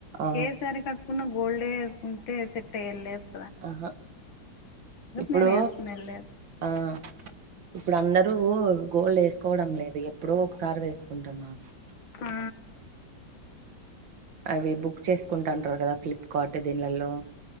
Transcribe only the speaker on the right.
ఆ!
ఆహ ఇప్పుడు
ఆ ఇప్పుడు అందర్ రూ గోల్డ్ వేసుకోవడం లేదు ఎప్పుడో ఒకసారి వేసుకుంటున్నారు
అవి బుక్ చేసుకుంటుంటారు కదా ఫ్లిప్కార్ట్ దీన్లలో